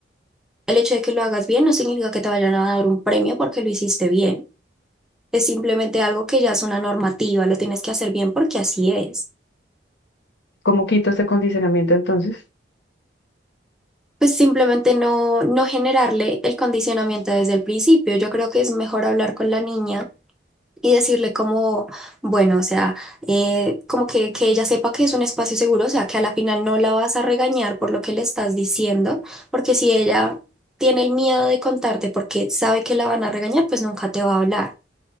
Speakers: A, in the centre; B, on the left (about 65°).
A: el hecho de que lo hagas bien no significa que te vayan a dar un premio porque lo hiciste bien. Es simplemente algo que ya es una normativa, lo tienes que hacer bien porque así es.
B: ¿Cómo quito ese condicionamiento entonces?
A: Pues simplemente no, no generarle el condicionamiento desde el principio. Yo creo que es mejor hablar con la niña y decirle como, bueno, o sea, eh, como que, que ella sepa que es un espacio seguro, o sea, que a la final no la vas a regañar por lo que le estás diciendo, porque si ella tiene el miedo de contarte porque sabe que la van a regañar, pues nunca te va a hablar.